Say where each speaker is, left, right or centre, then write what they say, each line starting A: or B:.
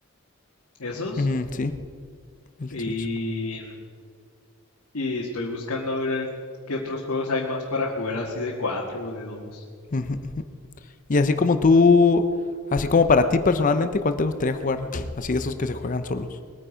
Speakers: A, on the left; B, on the left.
A: esos.
B: Ujú, sí, el
A: Y,
B: Switch.
A: y estoy buscando a ver qué otros juegos hay más para jugar así de cuatro o de dos.
B: Ujú, ujú. Y así como tú, así como para ti personalmente, ¿cuál te gustaría jugar? Así de esos que se juegan solos.